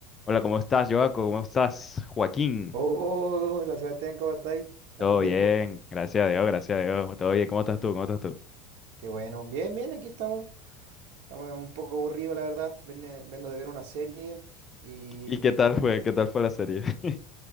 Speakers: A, on the left; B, on the right.
A: Hola, ¿cómo estás, Joaco? ¿Cómo estás, Joaquín?
B: Oh, hola Sebastián, ¿cómo estáis? Tanto
A: Todo bien,
B: tiempo.
A: gracias a Dios, gracias a Dios. Todo bien, ¿cómo estás tú? ¿Cómo estás tú?
B: Qué bueno. Bien, bien, aquí estamos. Estamos un poco aburridos, la verdad. Vene- Vengo de ver una serie y...
A: ¿Y qué tal fue? ¿Qué tal fue la serie? <laughs>